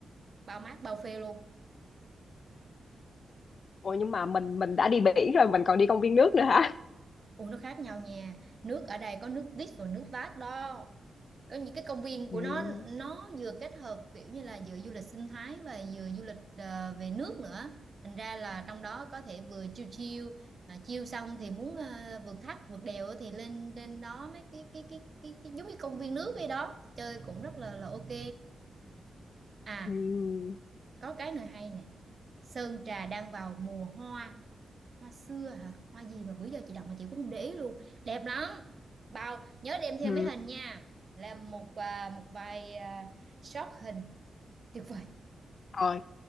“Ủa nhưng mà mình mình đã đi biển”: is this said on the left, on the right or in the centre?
Left